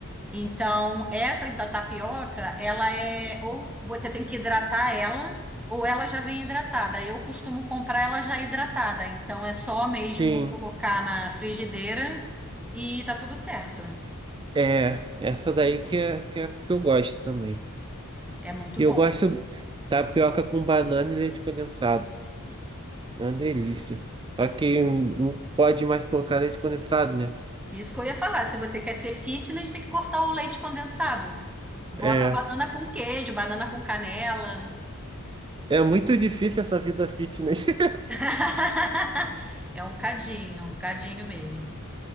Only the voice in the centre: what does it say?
Então, essa da tapioca, ela é ou você tem que hidratar ela, ou ela já vem hidratada. Eu costumo comprar ela já hidratada, então é só mesmo
colocar na frigideira e tá tudo certo.
É muito
bom.
É,
Isso que eu ia falar, se você quer ser fitness, tem que cortar o leite condensado. Bota
a banana com queijo, banana com canela.
<laughs> É um cadinho, é um cadinho mesmo.